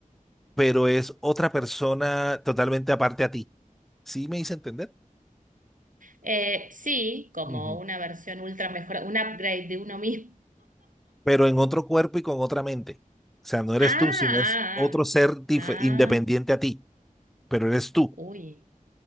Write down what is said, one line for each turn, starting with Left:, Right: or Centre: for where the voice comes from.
Centre: pero es otra persona totalmente aparte a ti. ¿Sí me hice entender?
Right: Eh, sí, como
Centre: ujú,
Right: una versión ultra mejor, un upgrade de uno mismo.
Centre: Pero en otro cuerpo y con otra mente. O sea, no eres
Right: Ah,
Centre: tú, sino es otro ser dif-
Right: ah, ah, ah,
Centre: independiente
Right: ah.
Centre: a ti, pero eres tú.
Right: uy.